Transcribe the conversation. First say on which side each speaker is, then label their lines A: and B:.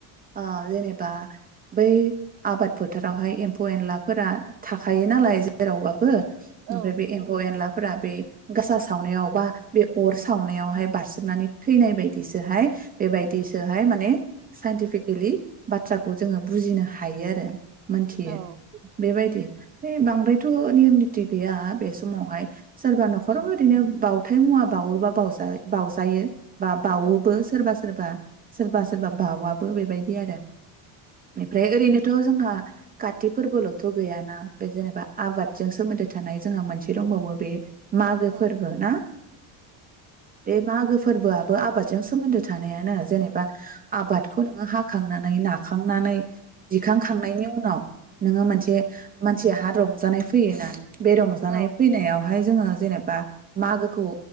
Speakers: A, on the right; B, on the right.
A: ओ जेनेबा बै आबाद फोथारावहाय एमफौ एनलाफोरा थाखायो नालाय जेरावबा बो
B: औ
A: ओमफ्राय बे एमफौ-एनला फोरा बे गासा सावनायाव बा बे अर सावनायावहाय बारसोमनानै थैनाय बायदिसोहाय बेबायदिसोहाय माने साइन्टिफिकेलि बाथ्राखौ जोङो बुजिनो हायो आरो। मोनथियो
B: औ
A: बेबायदि बे बांद्रायथ' नियम निती गैया बे समावहाय सोरबा न'खराव
B: औ
A: ओरैनो बाव थाय मुवा बावोबा बावजा बावजायो। बा बावोबो
B: औ
A: सोरबा सोरबा सोरबा सोरबा बावाबो बेबायदि आरो एमफ्राय ओरैनोथ' जोंहा काति फोरबोल'थ' गैयाना बे जेनेबा आबादजों सोमोन्दो थानाय जोंहा मोनसे दंबावो। बे मागो
B: औ
A: फोरबो ना बे मागो फोरबोआबो आबादजों सोमोन्दो थानायानो जेनेबा आबादखौ नोङो हाखांनानै नाखांनानै दिखांखांनायनि उनाव नोङो मोनसे जेहा रंजानाय फैयोना? बे रंजानाय
B: औ
A: फैनायावहाय जोङो जेनेबा मागोखौ